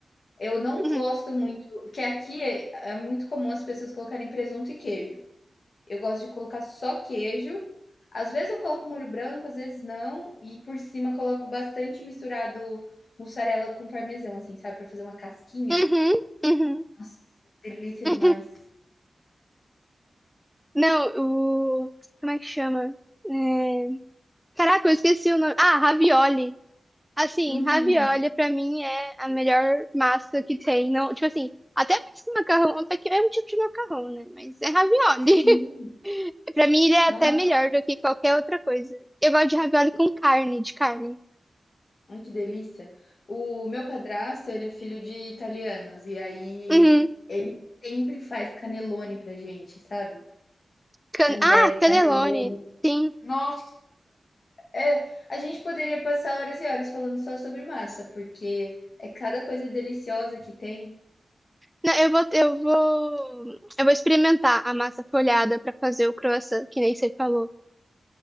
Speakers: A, on the left; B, in the centre.
A: Eu não
B: Uhum.
A: gosto muito porque aqui é é muito comum as pessoas colocarem presunto e queijo. Eu gosto de colocar só queijo, às vezes eu coloco molho branco, às vezes não, e por cima coloco bastante misturado mussarela com parmesão, assim, sabe, pra fazer uma casquinha.
B: Uhum. Uhum.
A: Nossa, delícia
B: Uhum.
A: demais.
B: Não, o. Como é que chama? É, Caraca, eu esqueci o nome. Ah, ravioli. Assim,
A: Hum,
B: ravioli pra mim é a melhor massa que tem. Não, tipo assim, até mais que macarrão, até que é um tipo de macarrão, né? Mas é ravioli.
A: sim,
B: <laughs> Pra mim ele é
A: não
B: até
A: é?
B: melhor do que qualquer outra coisa. Eu gosto de ravioli com carne, de carne.
A: Ai, que delícia. O meu padrasto, ele é filho de italianos, e aí
B: Uhum.
A: ele sempre faz canelone pra gente, sabe.
B: Can...
A: Rondelli,
B: Ah,
A: canelone.
B: cannelloni. Sim.
A: Nossa! É, a gente poderia passar horas e horas falando só sobre massa, porque é cada coisa deliciosa que tem.
B: Não, eu vou, eu vou, eu vou experimentar a massa folhada para fazer o croissant, que nem você falou.